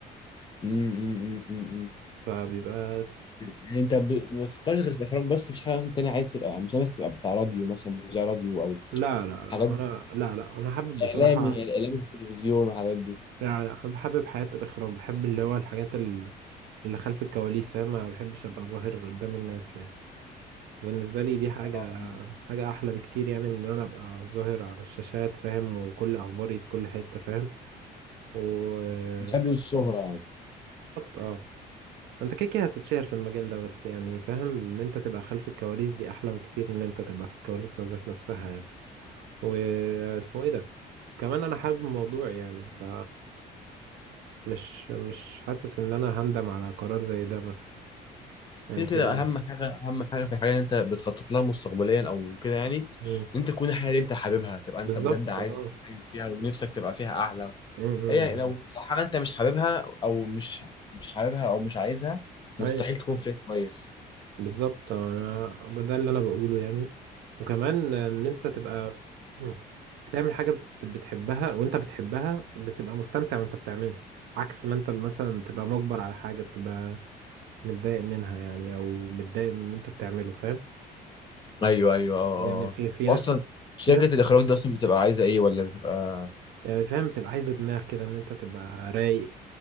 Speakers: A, on the left; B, on the right.
A: أمم، أمم، أمم، أمم.
B: فبيبقى
A: يعني أنت ب- ما بتفكرش غير في الإخراج بس مفيش حاجة مثلا تانية عايز تبقى مش عايز تبقى بتاع راديو مثلا مذيع راديو أو
B: لا لا لا
A: حاجات
B: انا
A: دي
B: لا لا انا حابب بصراحة
A: إعلامي إعلامي في التلفزيون والحاجات دي
B: لا لا انا بحبب حياة الاخراج بحب اللي هو الحاجات ال- اللي خلف الكواليس فاهم؟ ما بحبش ابقى ظاهر قدام الناس يعني بالنسبة لي دي حاجة
A: آه.
B: حاجة احلى بكتير يعني من ان انا ابقى ظاهر على الشاشات فاهم وكل اخباري في كل حتة فاهم وبالظبط
A: بحب الشهرة يعني
B: اه انت كده كده هتتشهر في المجال ده بس يعني فاهم ان انت تبقى خلف الكواليس دي احلى بكتير ان انت تبقى في الكواليس ذات نفسها يعني واسمه ايه ده كمان انا حابب الموضوع يعني ف مش مش حاسس ان انا هندم على قرار زي ده مثلا او
A: كده كده
B: كده
A: اهم حاجه اهم حاجه في الحاجه اللي انت بتخطط لها مستقبليا او كده يعني
B: مم.
A: ان انت تكون الحاجه اللي انت حاببها تبقى انت
B: بالظبط
A: بجد عايز
B: اه
A: عايز فيها ونفسك تبقى فيها اعلى
B: مم،
A: هي
B: مم.
A: لو حاجه انت مش حاببها او مش مش حاببها او مش عايزها
B: ايوه
A: مستحيل تكون فيها كويس
B: بالظبط انا ده اللي انا بقوله يعني وكمان ان انت تبقى مم. بتعمل حاجه بت- بتحبها وانت بتحبها بتبقى مستمتع وانت بتعملها عكس ما انت مثلا تبقى مجبر على حاجه بتبقى متضايق منها يعني او متضايق من اللي انت بتعمله فاهم
A: ايوه ايوه اه
B: يعني
A: اه
B: في في
A: واصلا
B: ناس كده
A: شركه
B: في ناس
A: الاخراج دي اصلا بتبقى عايزه ايه ولا بتبقى
B: يعني فاهم بتبقى عايزة دماغ كده ان انت تبقى رايق